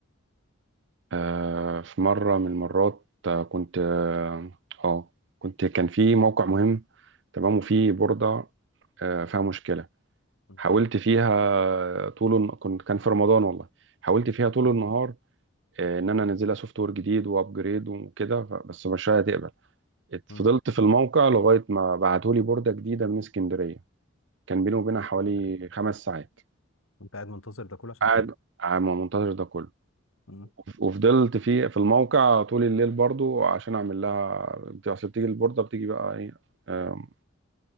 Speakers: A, on the right; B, on the left.
A: آه، في مرة من المرات آه، كنت اه آه، كنت كان في موقع مهم تمام وفي بوردة آه، فيها مشكلة
B: مم.
A: حاولت فيها طول الن- كنت كان في رمضان والله حاولت فيها طول
B: مم.
A: النهار آه، ان انا انزلها سوفت وير جديد وابجريد وكده ف- بس مش هتقبل ات-
B: مم.
A: فضلت في الموقع لغاية ما بعتولي بوردة جديدة من اسكندرية كان بيني وبينها حوالي
B: يا لهوي
A: خمس ساعات
B: انت قاعد منتظر ده كله عشان
A: قاعد
B: تيجي
A: عم منتظر ده كله
B: مم.
A: وفضلت في في الموقع طول الليل برضو عشان اعمل لها بت- اصل بتيجي البورده بتيجي بقى ايه آم،